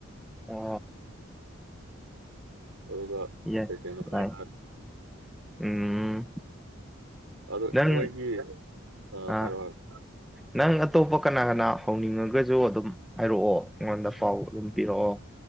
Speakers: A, in the centre; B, on the right (about 80°).
A: ꯑꯣ
B: ꯍꯧꯒ
A: ꯌꯥꯏ
B: ꯐ ꯀꯩꯅ ꯈꯔꯦ
A: ꯌꯥꯏ ꯎꯝ
B: ꯑꯗꯣ
A: ꯅꯪ
B: ꯃꯣꯏꯒꯤ ꯑꯥ
A: ꯑ
B: ꯍꯥꯏꯔꯣ ꯍꯥꯏꯔꯣ
A: ꯅꯪ ꯑꯇꯣꯞꯄ ꯀꯅꯥ ꯀꯅꯥ ꯍꯧꯅꯤꯡꯉ ꯑꯗꯨꯒꯁꯨ ꯑꯗꯨꯝ ꯍꯥꯏꯔꯛꯑꯣ ꯑꯩꯉꯣꯟꯗ ꯄꯥꯎ ꯑꯗꯨꯝ ꯄꯤꯔꯛꯑꯣ